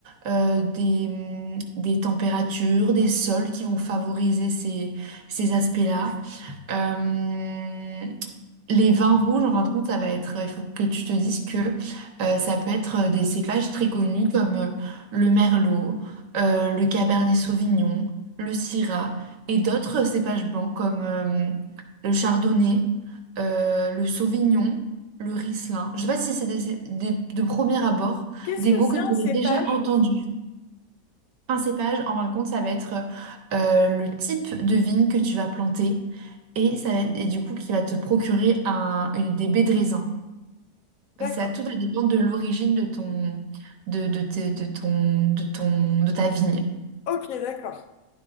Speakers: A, on the right (about 80°); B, on the left (about 70°).
A: euh, des, hum, des températures, des sols qui vont favoriser ces, ces aspects-là. Euh, les vins rouges, en fin de compte, ça va être, il faut que tu te dises que euh, ça peut être euh, des cépages très connus comme euh, le merlot, euh, le cabernet sauvignon, le syrah et d'autres cépages blancs comme euh, le chardonnay, euh, le sauvignon, le riesling. Je sais pas si c'est des, cé- des- de premier abord
B: Qu'est-ce
A: des
B: que
A: mots
B: c'est
A: que tu
B: un cépage?
A: aurais déjà entendus. Un cépage, en fin de compte, ça va être euh, le type de vigne que tu vas planter et, ça, va et du coup qui va te procurer un, une- des baies de raisin.
B: D'accord.
A: Ça, tout va dépendre de l'origine de ton, de, de, tes- de ton, de ton, de ta vigne.
B: Ok, d'accord.